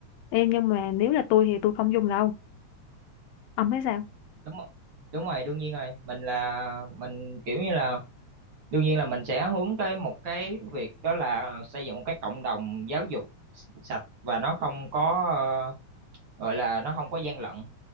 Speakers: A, on the left; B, on the right.
A: Ê, nhưng mà nếu là tôi thì tôi không dùng đâu. ông thấy sao
B: đúng không đúng rồi đương nhiên rồi mình là mình kiểu như là đương nhiên là mình sẽ hướng tới một cái việc đó là xây dựng một cái cộng đồng giáo dục s- sạch và nó không có ờ, gọi là nó không có gian lận